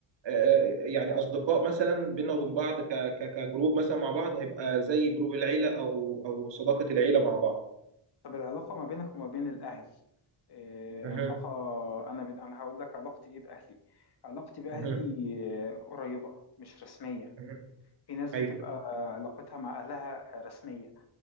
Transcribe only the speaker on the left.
طب العلاقة ما بينك وما بين الأهل إيه
علاقة أنا بين أنا هقول لك علاقتي إيه بأهلي علاقتي بأهلي
آه، قريبة مش رسمية
في ناس
بتبقى علاقتها مع أهلها رسمية